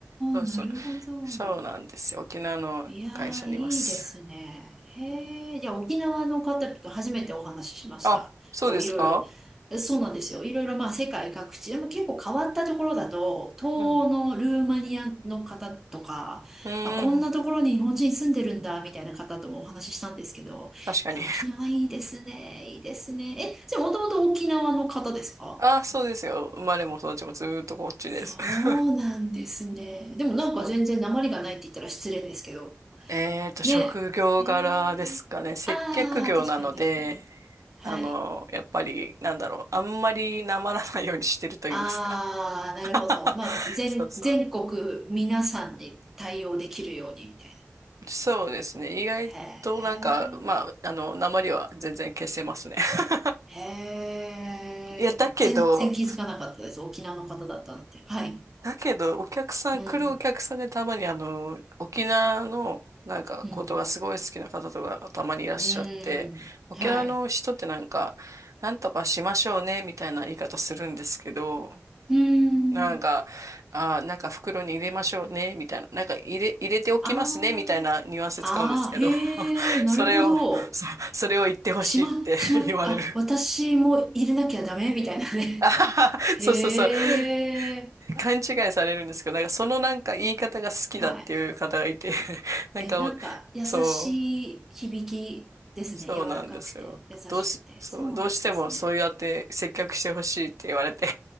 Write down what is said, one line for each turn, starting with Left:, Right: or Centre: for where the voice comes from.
Right: そうそう。
Centre: あ、なるほど。
Right: そうなんですよ。沖縄の会社にいます。
Centre: いやー、いいですね。へえ、いや、沖縄の方と初めてお話ししました。
Right: あ、そうですか
Centre: こう、いろいろ、えそうなんですよ。いろいろ、まあ、世界各地、でも結構変わったところだと、東欧のルーマニアの方とか、
Right: うん。うーん。
Centre: あ、こんなところに日本人住んでるんだ、みたいな方ともお話ししたんですけど、
Right: 確かに。
Centre: いや、沖縄いいですね、いいですね。え、じゃあ、もともと沖縄の方ですか
Right: あ、そうですよ。生まれも育ちもずーっとこっちです。
Centre: そ
Right: <laughs>
Centre: うなんですね。でもなんか全然訛りがないって言ったら失礼ですけど、
Right: そう。えっと、職業柄ですかね。
Centre: ね。へえ。
Right: 接客業なので、
Centre: ああ、確かに確かに。はい。
Right: あの、やっぱり、なんだろう、あんまりなまらないようにしてると言いますか。
Centre: ああ、なるほど。
Right: <laughs>
Centre: まあ、全、
Right: そうそう。
Centre: 全国皆さんで対応できるようにみたいな。
Right: そうですね。意外となんか、
Centre: へえ。
Right: まあ、あの、なまりは全然消せますね。<laughs>
Centre: へえ。
Right: いや、だけど、
Centre: 全然気づかなかったです。沖縄の方だったなんて。はい。
Right: だけど、お客さん、
Centre: うん。
Right: 来るお客さんでたまにあの、沖縄のなんかことがすごい好きな方とかたまにいらっしゃって、
Centre: うん。うん。
Right: 沖縄の人ってなんか、
Centre: はい。
Right: なんとかしましょうね、みたいな言い方するんですけど、
Centre: うん。
Right: なんか、あー、なんか袋に入れましょうね、みたいな、なんか入れ、入れておきますね、
Centre: あ
Right: みたいなニュアンス使うんですけど、
Centre: あ。ああ、へえ、
Right: <laughs>
Centre: なるほど。
Right: それを、そ、それを言ってほしいって
Centre: 島島あ、
Right: <laughs> 言われる。
Centre: 私も入れなきゃダメみたいなね。
Right: <laughs> あははそうそうそう。
Centre: へえ、
Right: <laughs> 勘違いされるんですけど、なんかそのなんか言い方が好きだっていう方がいて、
Centre: はい。
Right: <laughs> なんかお、
Centre: え、なんか、優しい響きですね。
Right: そう、そうなんですよ。
Centre: 柔らかくて、優しくて。
Right: どうし、そう、
Centre: そうなんですね。
Right: どうしてもそうやって接客してほしいって言われて